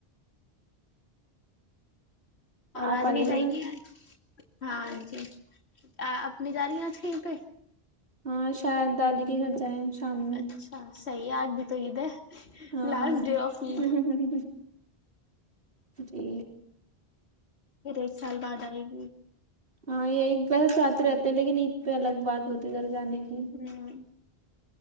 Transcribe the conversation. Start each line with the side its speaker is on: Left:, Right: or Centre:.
Left: اور
Right: آپ
Left: آجمی
Right: آئیے
Left: جائیں
Right: گا
Left: گے آج ہاں جی آ ج رہی ہیں اج کہیں پہ
Right: ہاں ہاں شاید دادی کے گھر جائیں شام میں
Left: اچھا صحیح ہے اج بھی تو عید ہے
Right: ہاں
Left: لاسٹ ڈے آف عید
Right: ہم ہم ہم جی
Left: پھر ایک سال بعد ائے گی
Right: ہاں یہی انسان ساتھ رہتا ہے لیکن عید پہ الگ بات ہوتیر جانے کے
Left: ہ